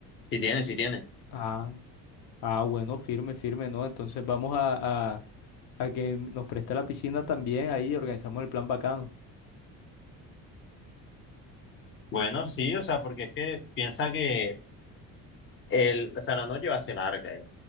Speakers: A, on the left; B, on the left.
A: sí tiene, sí tiene.
B: Ah, ah, bueno, firme, firme, ¿no? Entonces vamos a, a, a que nos preste la piscina también, ahí organizamos el plan bacano.
A: Bueno, sí, o sea, porque es que piensa que el, o sea, la noche va a ser larga ya.